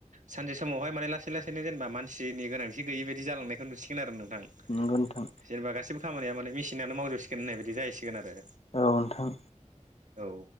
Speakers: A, on the right; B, on the left.
A: सानसे समावहाय माने लासै लासैनो जेनेबा मानसिनि गोनांथि गैयि बायदि जालांनायखौ नुसिगोन आरो नों थां
B: नंगौ नोंथां
A: जेनेबा गासिबो खामानिया माने मेसिनावानो मावजोबसिगोन होननाय बायदि जाहैसिगोन आरो
B: औ नोंथां।
A: औ